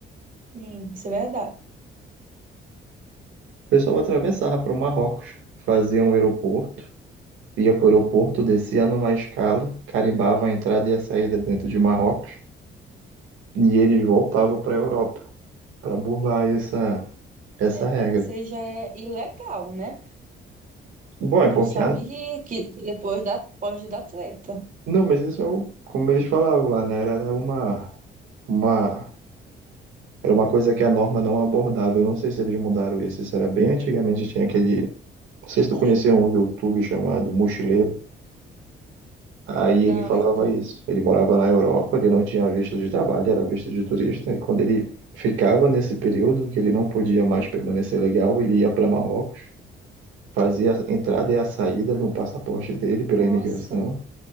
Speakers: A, on the right (about 45°); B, on the right (about 80°).
A: Sim, isso é verdade.
B: O pessoal atravessava para o Marrocos, fazia um aeroporto, ia para o aeroporto, descia numa escala, carimbava a entrada e a saída dentro de Marrocos E eles voltavam para a Europa para burlar essa, essa regra.
A: Mas isso aí já é ilegal, né?
B: Bom, é porque
A: Tu sabe
B: a...
A: que, que, que depois da, pode dar treta.
B: não, mas isso é o... como eles falavam lá, né? Era era uma uma era uma coisa que a norma não abordava. Eu não sei se eles mudaram isso. Isso era bem antigamente tinha aquele, não sei
A: Entendi.
B: se tu conheceu um YouTube chamado Mochileiro. Aí
A: Não,
B: ele falava
A: isso...
B: isso. Ele morava na Europa, ele não tinha visto de trabalho, era visto de turista. E quando ele ficava nesse período que ele não podia mais permanecer legal, ele ia para Marrocos. fazia a entrada e a saída no passaporte dele pela
A: Nossa.
B: imigração.